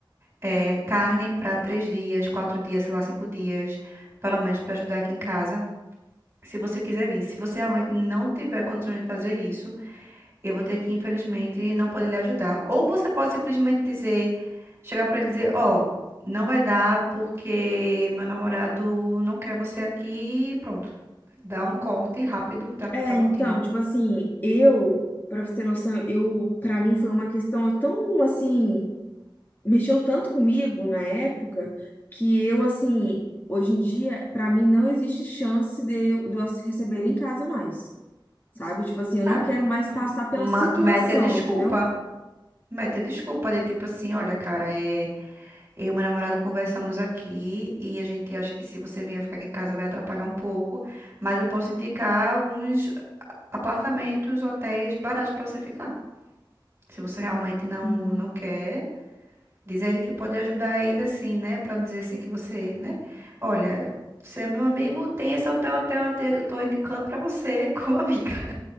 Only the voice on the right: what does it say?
eh, carne para três dias, quatro dias, sei lá, cinco dias, pelo menos para ajudar aqui em casa. Se você quiser vir, se você realmente não tiver condições de fazer isso, eu vou ter que, infelizmente, não poder lhe ajudar. Ou você pode simplesmente dizer, chegar para ele e dizer, ó, não vai dar porque meu namorado não quer você aqui, e pronto. Dá um corte rápido, tra-
Tramontina.
Ah,
então,
ma-
mete a desculpa.
Mete a desculpa de tipo assim, olha, cara, é, eu e meu namorado conversamos aqui e a gente acha que se você vier ficar aqui em casa vai atrapalhar um pouco, mas eu posso indicar alguns apartamentos, hotéis baratos pra você ficar. Se você realmente não
não quer, diz a ele que pode ajudar ele assim, né, Pra não dizer assim que você, né? Olha, você é meu amigo, tem esse hotel, hotel, hotel, eu tô indicando pra você <laughs> como amiga.